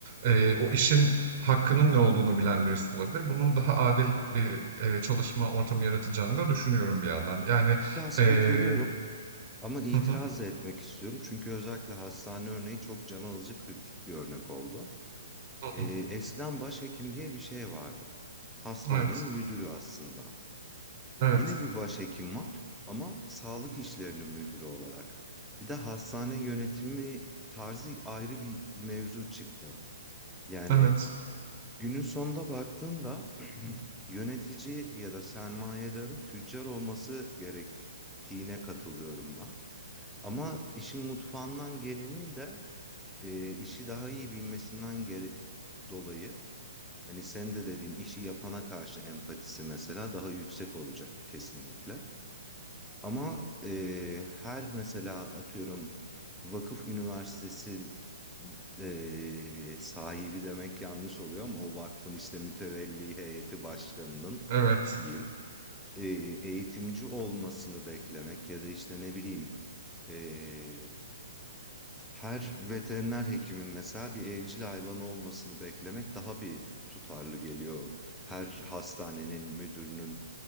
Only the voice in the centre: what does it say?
Biraz
katılıyorum. Ama itiraz
da etmek istiyorum çünkü özellikle hastane örneği çok can alıcı kritik bir örnek oldu.
Ee,
eskiden başhekim diye bir şey vardı. Hastanenin
müdürü aslında.
Yine bir başhekim var ama sağlık işlerinin müdürü olarak. Bir de hastane yönetimi tarzı ayrı bir mevzu çıktı. Yani
Günün sonunda baktığında <clears throat> yönetici ya da sermayedarın tüccar olması gerektiğine katılıyorum ben. Ama işin mutfağından gelenin de e, işi daha iyi bilmesinden gere- dolayı hani sen de dediğin işi yapana karşı empatisi mesela daha yüksek olacak kesinlikle. Ama eee, her mesela atıyorum vakıf üniversitesi eee, sahibi demek yanlış oluyor ama o vakfın işte mütevelli heyeti başkanının
diyeyim eee, eğitimci olmasını beklemek ya da işte ne bileyim eee, her veteriner hekimin mesela bir evcil hayvanı olmasını beklemek daha bir tutarlı geliyor. Her hastanenin müdürünün